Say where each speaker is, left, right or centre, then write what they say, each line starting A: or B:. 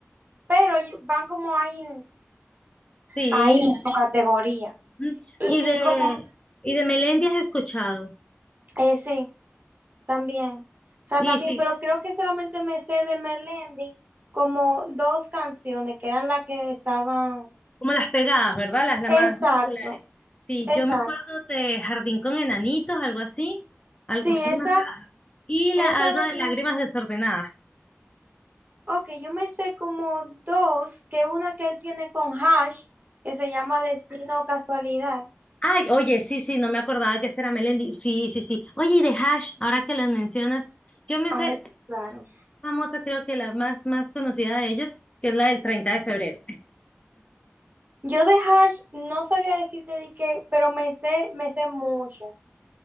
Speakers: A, on the right; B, on the left.
A: pero yo- van como ahí,
B: sí.
A: ahí en su categoría.
B: ujú.
A: Y
B: Y de,
A: como,
B: y de Melendi has escuchado.
A: eh, sí. También. O sea,
B: Y
A: también,
B: sí,
A: pero creo que solamente me sé de Melendi como dos canciones que eran las que estaban.
B: como las pegadas, ¿verdad? Las, las más
A: Exacto,
B: populares. Sí,
A: exacto.
B: yo me acuerdo de Jardín con Enanitos, algo así. Algo,
A: Sí,
B: son
A: esa,
B: las- ah, y la,
A: esa
B: algo
A: es la
B: de
A: que
B: Lágrimas
A: me-
B: Desordenadas.
A: Ok, yo me sé como dos, que una que él tiene con Hash, que se llama Destino o Casualidad.
B: Ay, oye, sí, sí, no me acordaba que ese era Melendi. Sí, sí, sí. Oye, y de Hash, ahora que los mencionas, yo me
A: Ay,
B: sé
A: claro.
B: famosa, creo que la más, más conocida de ellos, que es la del treinta de febrero.
A: Yo de Hash no sabría decirte de qué, pero me sé, me sé muchas.